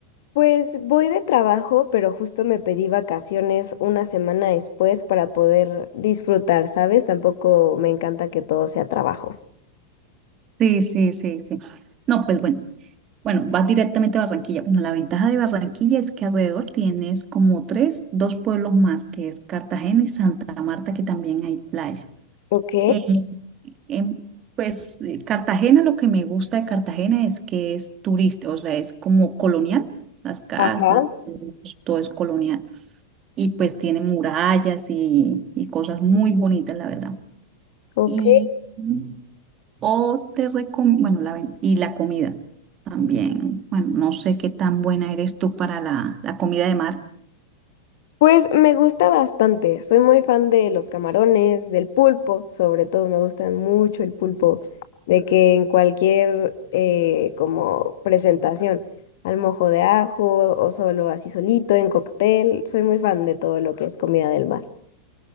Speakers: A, on the left (about 55°); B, on the right (about 30°).
A: Pues voy de trabajo, pero justo me pedí vacaciones una semana después para poder disfrutar, ¿sabes? Tampoco me encanta que todo sea trabajo.
B: Sí, sí, sí, sí. No, pues bueno, bueno, vas directamente a Barranquilla. Bueno, la ventaja de Barranquilla es que alrededor tienes como tres, dos pueblos más, que es Cartagena y Santa Marta, que también hay playa.
A: Ok,
B: Eh, En, pues eh, Cartagena, lo que me gusta de Cartagena es que es turista, o sea, es como colonial, las casas,
A: ajá,
B: todo es colonial. Y pues tiene murallas y, y cosas muy bonitas, la verdad.
A: ok.
B: Y mm, o te recom- bueno, la, ven- y la comida también. Bueno, no sé qué tan buena eres tú para la, la comida de mar.
A: Pues me gusta bastante, soy muy fan de los camarones, del pulpo, sobre todo me gusta mucho el pulpo, de que en cualquier eh, como presentación, al mojo de ajo o solo así solito, en cóctel, soy muy fan de todo lo que es comida del mar.